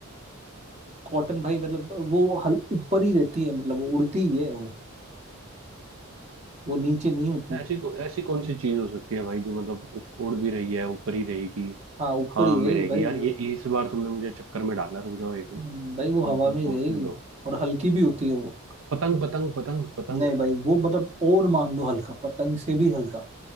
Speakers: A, on the right; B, on the right.
A: कॉटन भाई मतलब वो हल ऊपर ही रहती है मतलब वो उड़ती ही है वो वो नीचे नहीं होती
B: अच्छा ऐसी ऐसी कौन सी चीज हो सकती है भाई जो मतलब उड़ भी रही है ऊपर ही रहेगी
A: हाँ ऊपर
B: हाँ
A: ही
B: मेरे
A: है ये भाई
B: यार
A: वो
B: ये इस बार तुमने मुझे चक्कर में डाला रुक जाओ एक मिनट
A: हम्म, भाई वो हवा
B: मुझे थोड़ा
A: में ही
B: सोचने
A: रहेगी
B: दो
A: और हल्की भी होती है वो
B: पतंग पतंग पतंग पतंग
A: नहीं भाई वो मतलब और मान लो हल्का पतंग से भी हल्का